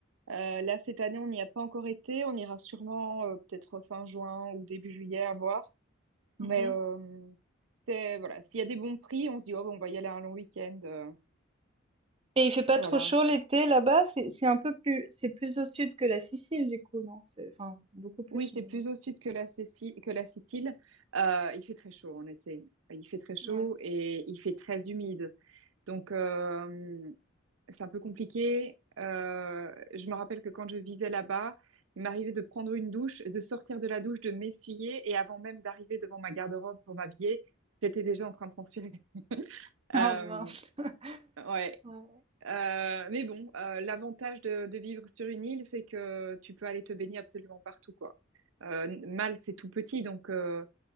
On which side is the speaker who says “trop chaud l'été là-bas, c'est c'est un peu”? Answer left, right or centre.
Right